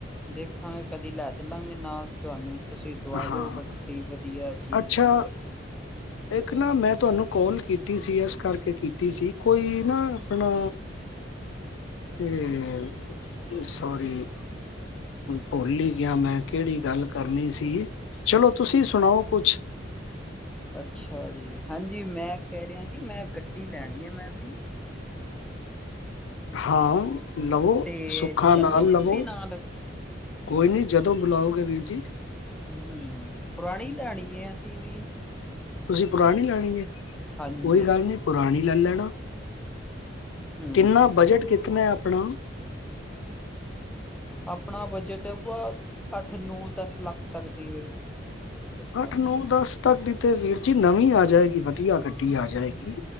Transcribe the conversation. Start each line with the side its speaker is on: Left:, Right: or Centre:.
Centre: ਦੇਖਾਂਗੇ ਕਦੀ ਲੈ ਚੱਲਾਂਗੇ ਨਾਲ ਤੁਹਾਨੂੰ ਤੁਸੀਂ ਦਵਾ
Left: ਹਾਂ
Centre: ਦਿਓ ਗੱਡੀ ਵਧੀਆ ਜੀ
Left: ਅੱਛਾ ਇੱਕ ਨਾ ਮੈਂ ਤੁਹਾਨੂੰ ਕੋਾਲ ਕੀਤੀ ਸੀ, ਇਸ ਕਰਕੇ ਕੀਤੀ ਸੀ ਕੋਈ ਨਾ ਆਪਣਾ ਤੇ ਸੋਰੀ, ਭੁੱਲ ਹੀ ਗਿਆ ਮੈਂ ਕਿਹੜੀ ਗੱਲ ਕਰਨੀ ਸੀ, ਚਲੋ ਤੁਸੀਂ ਸੁਣਾਓ ਕੁਛ?
Centre: ਅੱਛਾ ਜੀ ਹਾਂਜੀ ਮੈਂ ਕਹਿ ਰਿਹਾ, ਜੀ ਮੈਂ ਗੱਡੀ ਲੈਣੀ ਹੈ ਮੈਂ ਵੀ
Left: ਹਾਂ ਲਵੋ
Centre: ਤੇ
Left: ਸੁਖਾ
Centre: ਚੱਲੋਗੇ
Left: ਨਾਲ ਲਵੋ
Centre: ਤੁਸੀਂ ਨਾਲ
Left: ਕੋਈ ਨੀ ਜਦੋਂ ਬੁਲਾਓਗੇ ਵੀਰ ਜੀ
Centre: ਹਮ ਪੁਰਾਣੀ ਲੈਣੀ ਹੈ ਅਸੀਂ ਵੀ
Left: ਤੁਸੀਂ ਪੁਰਾਣੀ ਲੈਣੀ ਹੈ
Centre: ਹਾਂਜੀ
Left: ਕੋਈ ਗੱਲ ਨਹੀਂ ਪੁਰਾਣੀ ਲੈ ਲੈਣਾ
Centre: ਹੂੰ
Left: ਕਿੰਨਾ ਬਜਟ ਕਿੱਤਨਾ ਆਪਣਾ
Centre: ਆਪਣਾ ਬਜਟ ਅੱਠ ਨ ਦਸ ਲੱਖ ਤੱਕ ਦੀ ਵਧੀਆ
Left: ਅੱਠ ਨੌ ਦਸ ਤੱਕ ਦੀ ਤੇ ਵੀਰ ਜੀ ਨਵੀਂ ਆ ਜਾਏਗੀ ਵਧੀਆ ਗੱਡੀ ਆ ਜਾਏਗੀ